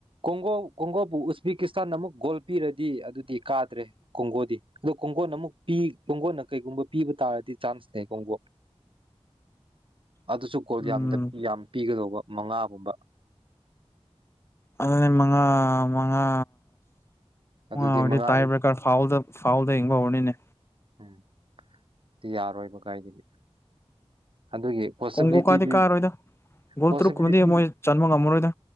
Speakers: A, on the right (about 50°); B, on the left (about 25°).
A: ꯀꯣꯡꯒꯣ ꯀꯣꯡꯒꯣꯕꯨ ꯎꯖꯕꯤꯀꯤꯁꯇꯥꯟꯅ ꯑꯃꯨꯛ ꯒꯣꯜ ꯄꯤꯔ ꯗꯤ ꯑꯗꯨꯗꯤ ꯀꯥꯗ꯭ꯔꯦ ꯀꯣꯡꯒꯣꯜꯗꯤ ꯑꯗꯨꯣ ꯀꯣꯡꯒꯣꯟꯅ ꯑꯃꯨꯛꯤ ꯀꯣꯡꯒꯣꯟꯅ ꯀꯩꯒꯨꯝꯕ ꯄꯤꯕ ꯇꯥꯔꯗꯤ ꯁꯣꯡꯒꯣ
B: <unintelligible>
A: ꯑꯗꯨꯁꯨ ꯀꯣꯜ
B: ꯎꯝ
A: ꯌꯥꯝꯅ ꯌꯥꯝ ꯄꯤꯒꯗꯧꯕ ꯃꯉꯥꯒꯨꯝꯕ
B: ꯑꯗꯨ ꯃꯉꯥ ꯃꯉ
A: ꯑꯗꯨꯗꯤ
B: ꯑꯗꯤ
A: ꯃꯉꯥꯗꯤ
B: ꯇꯥꯏꯕ꯭ꯔꯦꯀꯔ ꯐꯥꯎꯗ ꯐꯥꯎꯜꯗ ꯍꯤꯡꯕ ꯍꯧꯔꯅꯤꯅꯦ
A: ꯎꯝ ꯑꯗꯨ ꯌꯥꯔꯣꯏꯕ ꯀꯥꯏꯗꯗꯤ ꯑꯗꯨꯒꯤ ꯄꯣꯁꯤꯕꯤꯂꯤꯇꯤꯗꯤ
B: ꯀꯣꯡꯒꯣ ꯀꯥꯗꯤ ꯀꯥꯔꯣꯏꯗ ꯒꯣꯜ
A: ꯄꯣꯁꯤꯕꯤꯂꯤꯇꯤ
B: ꯇꯔꯨꯛꯀꯨꯝꯕꯗꯤ ꯃꯣꯏ ꯆꯟꯕ ꯉꯝꯃꯔꯣꯏꯗ